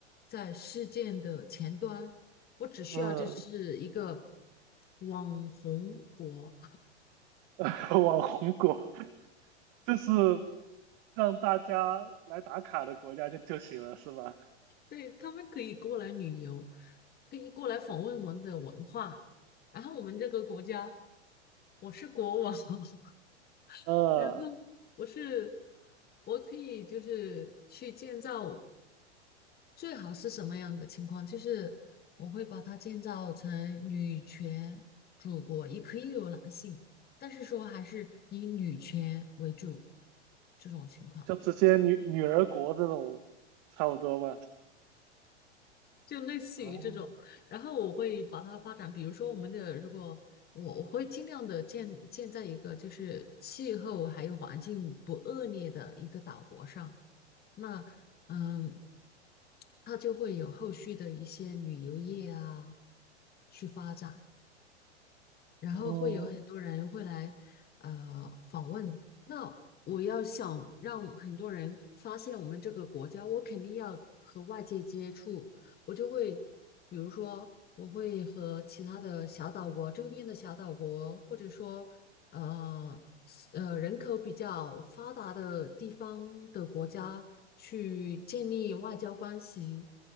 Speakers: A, on the left (about 25°); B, on the right (about 45°).
A: 在事件的前端，我只需要这是一个
B: 嗯，
A: 网红国，
B: <laughs> 网红国，就是让大家来打卡的国家就就行了，是吧？
A: <laughs> 对，他们可以过来旅游，可以过来访问我们的文化，然后我们这个国家，我是国王，<laughs>
B: 呃，
A: 然后。我是我可以就是去建造，最好是什么样的情况？就是我会把它建造成女权祖国，也可以有男性，但是说还是以女权为主这种情况，
B: 就直接女女儿国这种，差不多吧。
A: 就类似于这种。
B: 哦，
A: 然后我会把它发展，比如说我们的，如果我我会尽量的建建在一个就是气候还有环境不恶劣的一个岛国上，那嗯，它就会有后续的一些旅游业啊去发展。然后会有很多人会来呃访问。
B: 哦，
A: 那我要想让很多人发现我们这个国家，我肯定要和外界接触，我就会比如说我会和其他的小岛国周边的小岛国，或者说呃呃人口比较发达的地方的国家去建立外交关系。